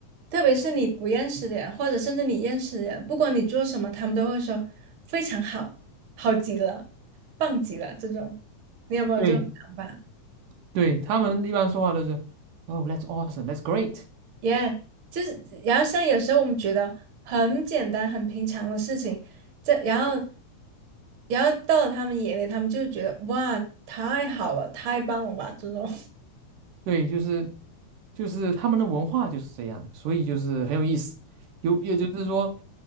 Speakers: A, on the right (about 45°); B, on the right (about 85°).
A: 特别是你不认识的人，或者甚至你认识的人，不管你做什么，他们都会说非常好，好极了，棒极了这种。你有没有这种想法？
B: 对对对，他们一般说话都是，Oh, that's awesome, that's great。
A: 耶、就是，然后像有时候我们觉得很简单、很平常的事情，这然后，然后到了他们眼里，他们就觉得哇，太好了，太棒了吧这种。
B: 对，就是就是他们的文化就是这样所以就是很有意思。有也就是说，